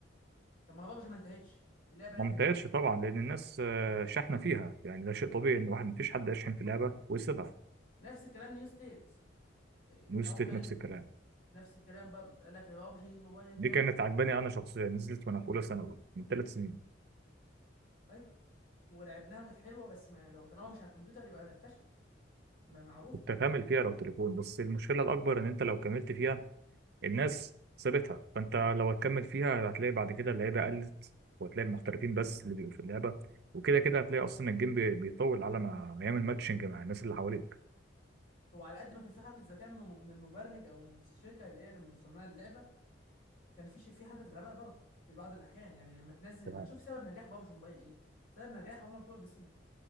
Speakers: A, on the left; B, on the right.
A: طب ما هو بابجي ما انتهتش اللعبه هي
B: ممتازش
A: اللي انتهت دلوقتي
B: طبعا لان الناس آه، شحنه فيها يعني ده شيء طبيعي ان واحد مفيش حد يشحن في لعبه ويسيبها
A: نفس الكلام نيو ستيت إيه،
B: نيو
A: اول
B: ستيت
A: ما نزل
B: نفس الكلام
A: نفس الكلام برضه قال لك يا بابجي موبايل انتهت
B: دي كانت عجباني انا شخصيا نزلت وانا في اولى ثانوي من ثلاث سنين
A: ايوه ولعبناها وكانت حلوه بس ما لو طالما مش على الكمبيوتر يبقى فشلت ما- معروفه
B: كنت هكمل فيها لو تليفون بس المشكله الاكبر ان انت لو كملت فيها الناس سابتها فانت لو هتكمل فيها هتلاقي بعد كده اللعيبه قلت وهتلاقي المحترفين بس اللي بيبقوا في اللعبه وكده كده هتلاقي اصلا الجيم بي- بيطول على ما ما يعمل ماتشنج مع الناس اللي حواليك
A: هو على قد ما كان في حركه ذكاء من من مبرمج او من الشركه اللي هي اللي مصنعه اللعبه كان في ش- في حركه غباء برضه في بعض الاحيان يعني لما تنزل
B: تمام
A: لما تشوف سبب نجاح بابجي موبايل ايه سبب نجاح هم بتوع بي سي